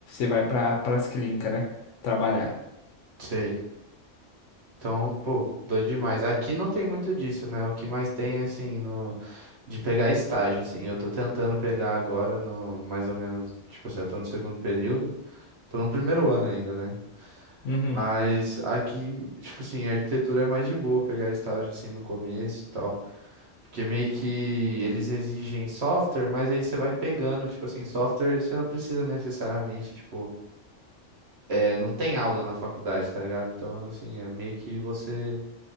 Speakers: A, on the left; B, on the right.
A: vai pra, pras clínicas, né? Trabalhar.
B: Sei. Então, pô, doido demais. Aqui não tem muito disso, né? O que mais tem é assim, no, De pegar estágio, assim. Eu tô tentando pegar agora no mais ou menos, tipo assim, eu tô no segundo período. Tô no primeiro ano ainda, né?
A: Uhum.
B: Mas aqui, tipo assim, a arquitetura é mais de boa pegar estágio assim no começo e tal. Porque meio que eles exigem software, mas aí você vai pegando, tipo assim, software você não precisa necessariamente, tipo, é, não tem aula na faculdade, tá ligado? Então, assim, é meio que você